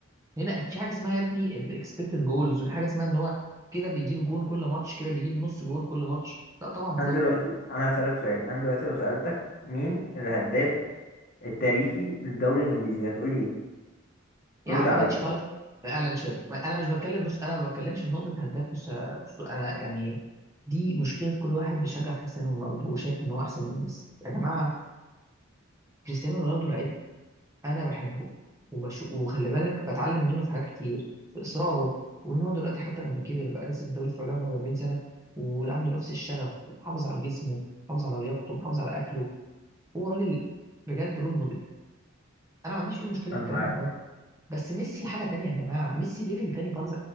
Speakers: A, on the right; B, on the left.
A: هنا في حاجه اسمها يا ابني الاكسبكتد جولز وفي حاجه اسمها ان هو كده بيجيب جون كل ماتش كده بيجيب نص جون كل ماتش لا طبعا
B: انا دلوقتي انا هسألك سؤال انا دلوقتي لو سألتك مين الهداف التاريخي للدوري الانجليزي هتقولي ايه
A: يا
B: رد
A: عم
B: عليا
A: ماشي خلاص اعلن شير ما- انا مش بتكلم بص انا ما بتكلمش في نقطه هداف بص بص انا يعني دي مشكله كل واحد بيشجع كريستيانو رونالدو وشايف ان هو احسن من ميسي يا جماعه كريستيانو رونالدو لعيب انا بحبه وبش... وخلي بالك بتعلم منه في حاجات كتير في اصراره وان هو دلوقتي حتى لما كبر بقى لسه في الدوري السعودي عنده 40 سنه وعنده نفس الشغف ومحافظ على جسمه محافظ على لياقته محافظ على اكله هو راجل بجد رول موديل انا ما عنديش فيه مشكله
B: انا
A: في الكلام
B: معاك
A: ده خالص بس ميسي حاجه تانية يا جماعه ميسي ليفل تاني خالص